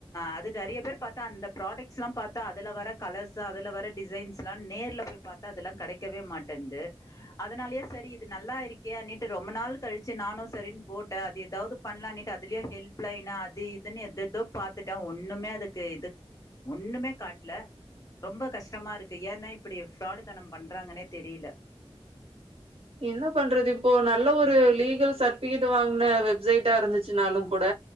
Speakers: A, on the left; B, on the right.
A: அது நிறைய பேர் பாத்தா அந்த ப்ராடக்ட்ஸ் எல்லா பாத்தா அதுல வர கலர்ஸ் சு அதுல வர டிசைன்ஸ் எல்லா நேர்ல போய் பாத்தா அதெல்லா கிடைக்கவே மாட்டேன்து அதனாலயே சரி இது நல்லா இருக்கே அன்னிட்டு ரொம்ப நாள் கழிச்சு நானும் சரின்னு போட்டே அது ஏதாவது பண்ணலானிட்டு அதுலையு ஹெல்ப் லைன் அது இதுன்னு எதேதோ பாத் துட்டே ஒன்னுமே அதுக்கு இது ஒன்னுமே காட்ல ரொம்ப கஷ்டமா இருக்கு ஏந்தா இப்படி ஃப்ராடு தனம் பண்றாங்கன்னே தெரியல
B: என்ன பண்றது இப்போ நல்ல ஒரு லீகல் சர்ட்டிஃபிகேட் வாங்ன வெப்சைட்டா இருந்துச்சுனாலும் கூட